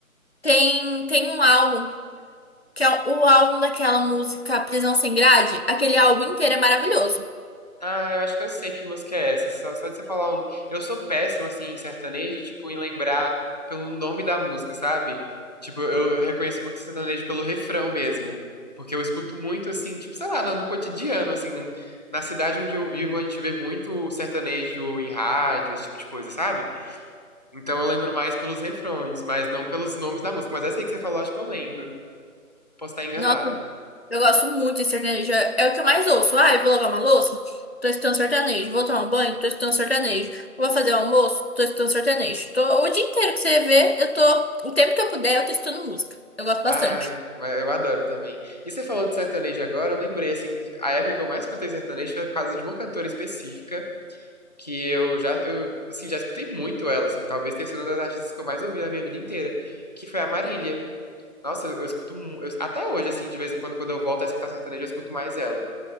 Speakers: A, on the left; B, on the left.
A: tem, tem um álbum, que é o álbum daquela música Prisão Sem Grade, aquele álbum inteiro é maravilhoso.
B: Ah, eu acho que eu sei que música é essa. Só, só de você falar o... no- Eu sou péssimo, assim, em sertanejo, tipo, em lembrar pelo nome da música, sabe? Tipo, eu, eu reconheço muito sertanejo pelo refrão mesmo. Porque eu escuto muito, assim, tipo, sei lá, no, no cotidiano, assim. Na cidade onde eu vivo, a gente vê muito sertanejo em rádio, esse tipo de coisa, sabe? Então eu lembro mais pelos refrões, mas não pelos nomes da música. Mas essa aí que você falou, acho que eu lembro. Posso estar enganada.
A: Nossa, eu gosto muito de sertanejo. É é o que eu mais ouço. Ah, eu vou lavar uma louça? Tô escutando sertanejo. Vou tomar um banho? Tô escutando sertanejo. Vou fazer o almoço? Tô escutando sertanejo. Tô, o dia inteiro que você vê, eu tô. O tempo que eu puder, eu tô escutando música. Eu gosto bastante.
B: Ai, mas eu adoro também. E você falou de sertanejo agora, eu lembrei, assim, que a época que eu mais escutei sertanejo foi por causa de uma cantora específica, que eu já, eu, assim, já escutei muito ela, assim, talvez tenha sido uma das artistas que eu mais ouvi na minha vida inteira, que foi a Marília. Nossa, eu, eu escuto, mu- eu- até hoje, assim, de vez em quando, quando eu volto a escutar sertanejo, eu escuto mais ela.